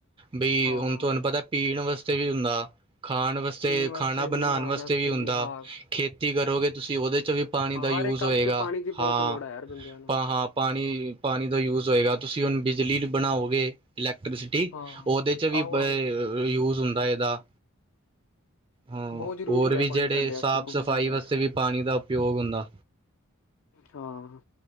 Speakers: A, on the right (about 25°); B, on the left (about 65°).
A: ਬਈ
B: ਹਾਂ
A: ਹੁਣ ਤੁਹਾਨੂੰ ਪਤਾ ਪੀਣ ਵਾਸਤੇ ਵੀ ਹੁੰਦਾ ਖਾਣ ਵਾਸਤੇ
B: ਪੀਣ
A: ਤੇ
B: ਵਾਸਤੇ
A: ਖਾਣਾ
B: ਵੀ
A: ਬਣਾਉਣ
B: ਨਹਾਣ
A: ਵਾਸਤੇ ਵੀ ਹੁੰਦਾ
B: ਹਾਂ
A: ਖੇਤੀ ਕਰੋਗੇ ਤੁਸੀਂ ਉਹਦੇ ਚ ਵੀ ਪਾਣੀ
B: ਹਾਂ
A: ਦਾ ਯੂਜ
B: ਹਰ ਇੱਕ ਕੰਮ
A: ਹੋਏਗਾ
B: 'ਚ ਪਾਣੀ ਦੀ
A: ਹਾਂ
B: ਬਹੁਤ ਲੋੜ ਹੈ ਯਾਰ ਬੰਦਿਆਂ ਨੂੰ
A: ਹਾਂ ਪਾਣੀ ਪਾਣੀ ਦਾ ਯੂਜ ਹੋਏਗਾ ਤੁਸੀਂ ਹੁਣ ਬਿਜਲੀ ਬਣਾਓਗੇ ਇਲੈਕਟ੍ਰੀਸਿਟੀ
B: ਹਾਂ
A: ਉਹਦੇ ਚ ਵੀ
B: ਆਹੋ ਆਹੋ
A: ਯੂਜ ਹੁੰਦਾ ਇਹਦਾ ਹਾਂ
B: ਬਹੁਤ ਜ਼ਰੂਰੀ
A: ਹੋਰ
B: ਹੈ
A: ਵੀ ਜਿਹੜੇ
B: ਪਾਣੀ ਸਾਡੇ
A: ਸਾਫ਼
B: ਵਾਸਤੇ ਬਹੁਤ
A: ਸਫ਼ਾਈ
B: ਜ਼ਿਆਦਾ
A: ਵਾਸਤੇ
B: ਯਾਰ
A: ਵੀ ਪਾਣੀ ਦਾ ਉਪੋਗ ਹੁੰਦਾ
B: ਹਾਂ